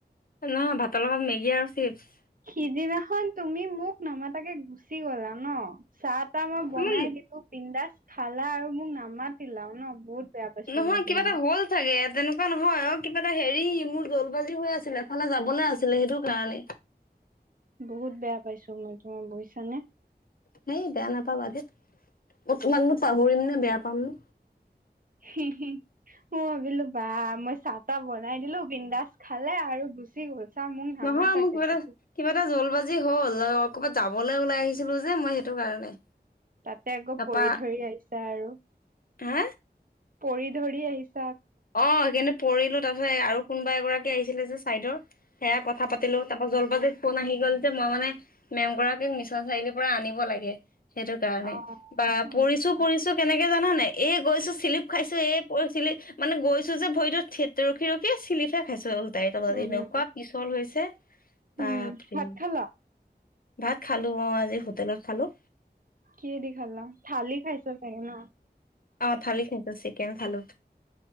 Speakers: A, on the left; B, on the right.
A: নহয় ভাতৰ লগত মেগী আৰু চিপছ।
B: সিদিনাখন তুমি মোক নামাতাকে গুচি গলা ন। চাহ তাহ মই বনাই
A: ইমান
B: দিলো বিন্দাচ খালা আৰু মোক নামাতিলাও ন বহুত বেয়া পাইছো
A: নহয়
B: মই তোমাক
A: কিবা এটা হ'ল চাগে তেনেকুৱা নহয় অ কিবা এটা হেৰি মোৰ জলবাজি হৈ আছিলে এফালে যাবলৈ আছিলে সেইটো কাৰণে।
B: বহুত বেয়া পাইছোঁ মই তোমাৰ বুইছানে।
A: হেই বেয়া নাপাবা দেই মই তোমাক নো পাহৰিম নে বেয়া পাম নে।
B: হি হি ম ভাবিলো বা মই চাহ তাহ বনাই দিলোঁ বিন্দাচ খালে আৰু গুচি গ'ল। চা মোক নামাতাকে
A: নহয় মোৰ কিবা এটা
B: তাকো
A: কিবা এটা জলবাজি হ'ল। ক'ৰবাত যাবলৈ ওলাই আহিছিলো যে মই সেইটো কাৰণে
B: তাতে আকৌ
A: তাপা
B: পৰি ধৰি আহিছা আৰু
A: হা
B: পৰি ধৰি আহিছে।
A: অ সেইকাৰনে পৰিলো তাৰপিছত আৰু কোনোবা এগৰাকী আহিছিলে যে চাইদৰ। সেয়া কথা পাতিলো তাপা জল বাজি ফোন আহি গ'ল যে মই মানে মেম গৰাকীক মিছন চাৰিআলিৰ পৰা আনিব লাগে। সেইটো কাৰণে
B: অ
A: বা পৰিছো
B: আচ্ছা
A: পৰিছো কেনেকে জানা নাই এই গৈছো চিলিপ খাইছো এই পৰি চিলি মানে গৈছো যে ভৰিতো থেত ৰখি ৰখি চিলিপহে খাইছো। তাইৰ তলত
B: উম
A: এনেকুৱা পিছল হৈছে বা
B: উম
A: ফ্ৰি।
B: ভাত খালা
A: ভাত খালোঁ অ আজি হোটেলত খালোঁ।
B: কিহে দি খালা থালি খাইছা চাগে ন।
A: অ থালি খাইছোঁ চিকেন খালোঁ